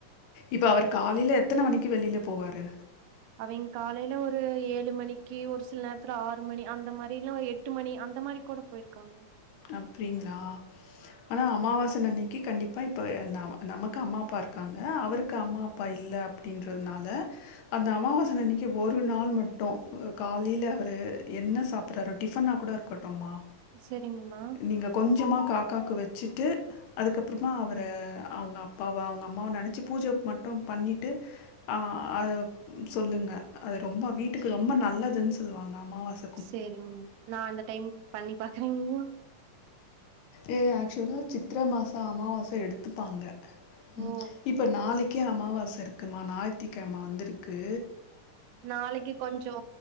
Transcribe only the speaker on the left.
இப்ப அவரு காலைல எத்தன மணிக்கு வெளில போவாரு
அப்டிங்களா ஆனா அமாவாசன் அன்னைக்கு கண்டிப் ப்ப இப்போ எ ந நமக்கு அம்மா அப்பாருக்காங்க அவருக்கு அம்மா அப்பா இல்ல அப்டின்றனால அந்த அமாவாசன்
அன்னைக்கு ஒரு நாள் மட்டு காலேல அவரு என்ன சாப்ட்றாரோ டிஃபனா கூட இருக்கட்டுமா
நீங்க கொஞ்சமா காக்காக்கு வச்சுட்டு அதுக்கப்றோ மா அவர அவுங்க அப்பாவ அவுங்க அம்மாவ நெனச்சு பூஜ மட்டு பண்ணிட்டு ஆ அது சொல்லுங்க அது ரொம்ப வீட்டுக்கு ரொம்ப நல்லதுன் சொல்லுவாங்க அமாவாச
ஏ ஆக்சுவலா சித்ர மாச அம்மாவாச எடுத்துப்பாங்க ம்
இப்ப நாளைக்கே அம்மாவாச இருக்குமா ஞாய்த்திக்கெழம வந்துருக்கு